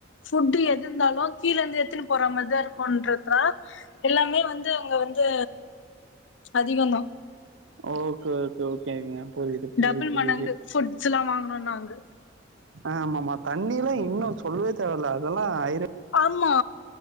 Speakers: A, on the left; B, on the right.
A: ஃபுட்டு எது இருந்தாலு கீழ இருந்து எடுத்துன்னு போற மாரிதா இருக்குன்றதுனால எல்லாமே வந் து அங்க வந்து அதிகந்தா
B: ஓகே ஓகே ஓகேங்க புரியுது புரியுது
A: டபுள்
B: புரியுது
A: மணங்கு ஃபுட்ஸ்ல்லா வாங்குனோ னோ நாங்க
B: ஆ ஆமாமா தண்ணில்ல இன்னு சொல்லவே தேவயில்ல அதெல்லா ஆயிர
A: ஆமா